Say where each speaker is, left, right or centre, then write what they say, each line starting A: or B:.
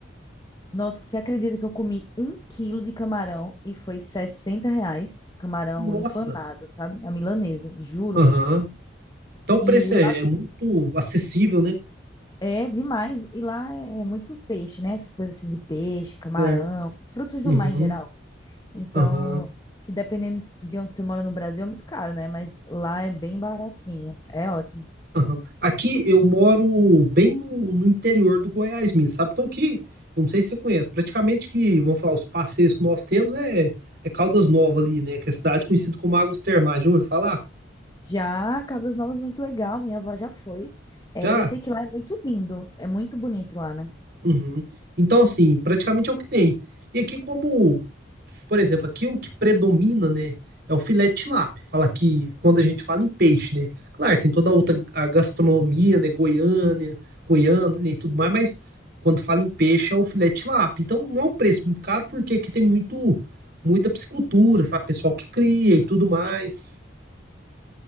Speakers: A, on the left; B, on the right.
A: Nossa, você acredita que eu comi um quilo de camarão e foi 60 reais? Camarão
B: Nossa.
A: empanado, sabe? A milanesa, juro.
B: Aham. Então o
A: E
B: preço é,
A: lá
B: é muito acessível, né?
A: É demais. E lá é é muito peixe, né? Essas coisas assim de peixe, camarão,
B: Certo.
A: frutos do
B: Uhum.
A: mar em geral. Então,
B: Aham.
A: que dependendo de onde você mora no Brasil é muito caro, né? Mas lá é bem baratinho. É ótimo.
B: Aham. Aqui eu moro bem no, no interior do Goiás mesmo, sabe? Então aqui, eu não sei se você conhece, praticamente que, vamos falar, os passeios que nós temos é, é Caldas Novas ali, né? Que é a cidade conhecida como Águas Termais. Já ouviu falar?
A: Já Cabo das Novas, muito legal. Minha avó já foi. É,
B: Já?
A: eu sei que lá é muito lindo. É muito bonito lá, né?
B: Uhum. Então, assim, praticamente é o que tem. E aqui, como por exemplo, aqui o que predomina, né, é o filé de tilápia. Fala que quando a gente fala em peixe, né, claro, tem toda a outra a gastronomia, né, Goiânia, Goiânia né, e tudo mais, mas quando fala em peixe é o filé de tilápia. Então não é um preço muito caro porque aqui tem muito muita piscicultura, sabe, pessoal que cria e tudo mais.